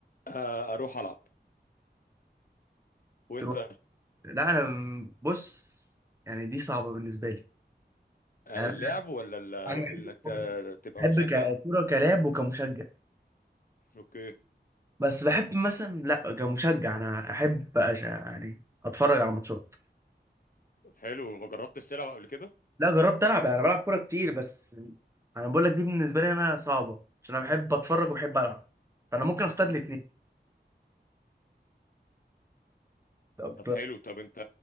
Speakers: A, on the left (about 50°); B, on the right (about 15°).
A: آه، اروح العب وانت
B: تروح لا انا م- بص يعني دي صعبه بالنسبه لي
A: آه،
B: يعني
A: اللعب
B: انا
A: ولا ال-
B: انا بحب
A: انك
B: الكوره
A: ت-
B: كده
A: تبقى
B: بحب
A: مشجع
B: ككوره كلاعب وكمشجع
A: اوكي
B: بس بحب مثلا لا كمشجع انا احب أش- يعني اتفرج على ماتشات
A: طب حلو ما جربتش تلعب قبل كده
B: لا جربت العب انا بلعب كوره كتير بس انا بقول لك دي بالنسبه لي انا صعبه عشان انا بحب اتفرج وبحب العب فانا ممكن اختار الاثنين طب
A: طب حلو طب انت